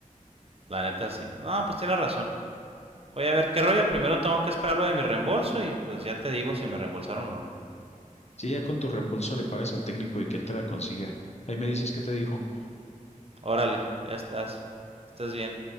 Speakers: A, on the right; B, on the left.
A: La neta sí. No, pues tiene razón. Voy a ver qué rollo. Primero tengo que esperar lo de mi reembolso y pues ya te digo si me reembolsaron o no.
B: Si ya con tu reembolso le pagas al técnico y que él te la consiga, ahí me dices qué te dijo.
A: Órale, ya estás. Que estés bien.